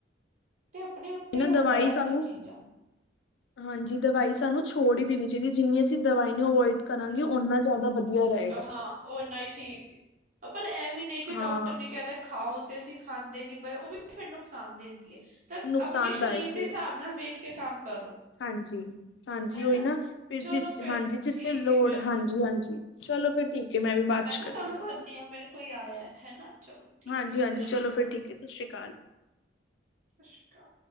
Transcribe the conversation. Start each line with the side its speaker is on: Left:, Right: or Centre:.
Right: ਤੇ ਆਪਣੇ ਉੱਤੇ
Left: ਨਾ
Right: ਹੀ ਹੁੰਦਾ
Left: ਦਵਾਈ
Right: ਹੈ
Left: ਸਾਨੂੰ
Right: ਇਹ ਸਭ ਚੀਜ਼ਾਂ
Left: ਹਾਂਜੀ ਦਵਾਈ ਸਾਨੂੰ ਛੋੜ ਹੀ ਦੇਣੀ
Right: ਹਾਂਜੀ
Left: ਚਾਹੀਦੀ ਹੈ ਜਿੰਨੀ ਅਸੀਂ ਦਵਾਈ ਨੂੰ ਅਵੋਇਡ ਕਰਾਂਗੇ ਉਹਨਾਂ। ਜ਼ਿਆਦਾ ਵਧੀਆ ਰਹੇ।
Right: ਹਾਂ ਉਹ ਇੰਨਾ ਹੀ ਠੀਕ ਪਰ ਇਹ ਵੀ ਨਹੀਂ ਕਿ
Left: ਹਾਂ
Right: ਡਾਕਟਰ ਨੇ ਕਹਿ ਦਿੱ ਓਹ ਤੇ ਅਸੀਂ ਖਾਂਦੇ ਨੀ ਪਏ ਉਹ ਵੀ ਫਿਰ ਨੁਕਸਾਨ ਦਿੰਦੀ ਹੈ। ਤਾਂ
Left: ਨੁਕਸਾਨਦਾਇਕ
Right: ਆਪਣੇ ਸਰੀਰ ਦੇ ਹਿਸਾਬ ਨਾਲ ਵੇਖ ਕੇ ਕੰਮ ਕਰੋ।
Left: ਹਾਂਜੀ-ਹਾਂਜੀ
Right: ਹਨਾ
Left: ਉਹੀ ਨਾ ਫਿਰ
Right: ਚਲੋ
Left: ਜਿ
Right: ਫਿਰ
Left: ਹਾਂਜੀ ਜਿੱਥੇ
Right: ਠੀਕ
Left: ਲੋੜ
Right: ਹੈ ਮੈਂ
Left: ਹਾਂਜੀ-ਹਾਂਜੀ। ਚਲੋ ਫਿਰ ਠੀਕ ਹ ਮੈਂ ਵੀ ਬਾਅਦ ਚ
Right: ਨਾ
Left: ਕਰਦੀ ਆਂ ਤੁਹਾਨੂੰ।
Right: ਕਰਨੀ ਆ ਮੇਰੇ ਕੋਈ ਆਇਆ ਹੈ ਹਨਾ ਚਲੋ ਠੀਕ
Left: ਹਾਂਜੀ-ਹਾਂਜੀ
Right: ਹੈ ਜੀ ਸਤਿ ਸ਼੍ਰੀ
Left: ਚਲੋ
Right: ਅਕਾਲ
Left: ਫਿਰ ਠੀਕ ਹੈ ਸਸ ਸ੍ਰੀ ਕਾਲ।
Right: ਸਸ ਸ੍ਰੀ ਕਾਲ।